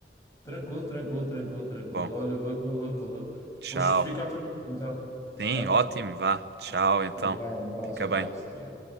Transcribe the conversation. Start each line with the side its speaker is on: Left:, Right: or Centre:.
Left: Tranquilo, tranquilo, tranquilo, tranquilo.
Right: Bom,
Left: Olha, valeu, valeu.
Right: tchau.
Left: Depois fica a tua então.
Right: Sim,
Left: Ok?
Right: ótimo, vá. Tchau,
Left: Vai.
Right: então.
Left: Até já, um abraço,
Right: Fica
Left: um
Right: bem.
Left: abraço, até já.